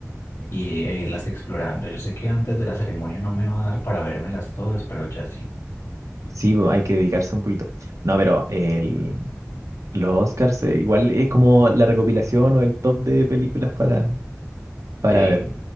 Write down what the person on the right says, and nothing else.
Sí, bo- hay que dedicarse un poquito. No, pero el, los Oscars, eh, igual es como la recopilación o el top de películas para, para
ver.